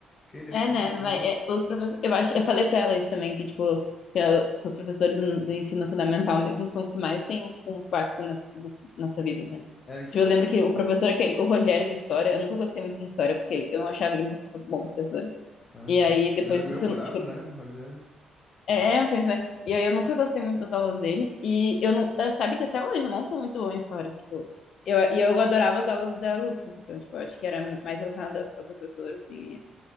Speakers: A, on the left (about 35°); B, on the left (about 65°).
A: querer
B: É,
A: pro
B: né?
A: futuro.
B: Vai, é, os professores, eu acho, eu falei pra ela isso também, que, tipo, que, eu- que os professores no- do ensino fundamental mesmo são os que mais têm, tipo, um impacto nas, nas nossa vida, né?
A: É, que
B: Tipo,
A: bom
B: eu lembro
A: que eu...
B: que o professor, aquele, o Rogério de História, eu nunca gostei muito de História, porque eu não achava ele muito bom professor.
A: Aham.
B: E aí,
A: Ele
B: depois
A: era meio
B: disso,
A: brabo,
B: eu, tipo,
A: né, o Rogério?
B: é, é, pois é. E aí eu nunca gostei muito das aulas dele, e eu não, eh, sabe que até hoje eu não sou muito boa em História, tipo, eu, e eu adorava as aulas da Lúcia, então, tipo, eu acho que era muito mais relacionada a professor, assim,